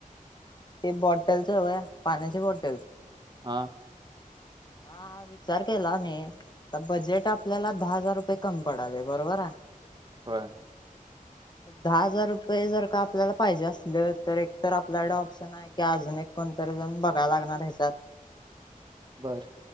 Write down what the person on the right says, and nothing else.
हा
होय
बरं